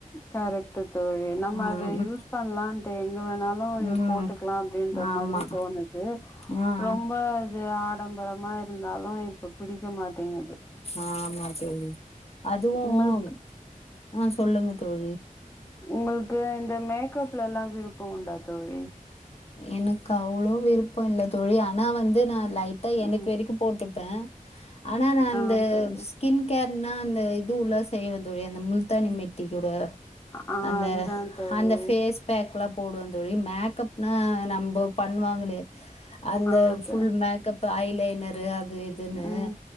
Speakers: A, on the left; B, on the left.
A: கரெக்ட்டு தோழி நம்ம
B: ம்
A: அத யூஸ் பண்ணலான்ட்டு எங்க வேணால் லு யு
B: ம்
A: போட்டுக்கலா
B: ம்
A: அப்டின்ற
B: ஆமா
A: மாதிரி தோணுது
B: ஆ ஆ
A: ரொம்ப இது ஆ டம்பரமா இருந்தாலு இப்ப பிடிக்க மாட்டேங்கிது
B: ஆமா தோழி அதுவும்
A: உங்களுக்கு
B: அ சொல்லுங்க தோழி
A: உங்களுக்கு இந்த மேக்கப்லல்லா விருப்போ உண்டா தோழி
B: எனக்கு அவ்ளோ விருப்பொ இல்ல தோழி ஆனா வந்து நா லைட்டா எனக்கு
A: ம்
B: வெரைக்கு போட்டுப்ப ஆனா நா அந்த
A: ஆ தோழி
B: கின் கேர்னா அந்த இது உள்ள செய்வந் தோழி அந்த முல்தானி மெட்டிகூட
A: ஆ
B: அந்த
A: அதுதா தோழி
B: அந்த ஃபேஸ் பேக்லா போடுவந் தோழி மேக்கப்னா நம்போ பண்வாங்களே அந்த
A: ஆ
B: ஃபுல் மேக்கப்பு ஐலைனரு அது இதுன்னு
A: ம்